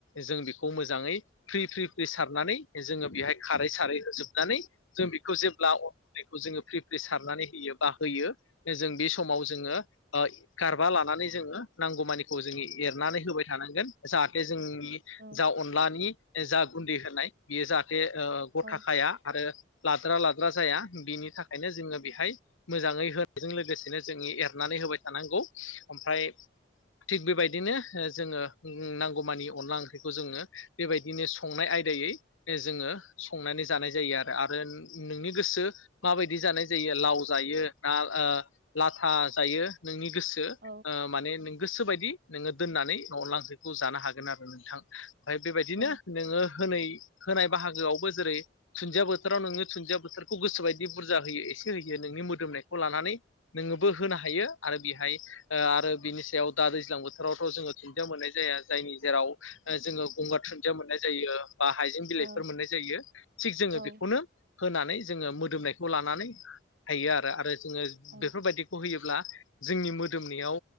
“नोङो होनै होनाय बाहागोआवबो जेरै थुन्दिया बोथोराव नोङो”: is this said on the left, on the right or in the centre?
Left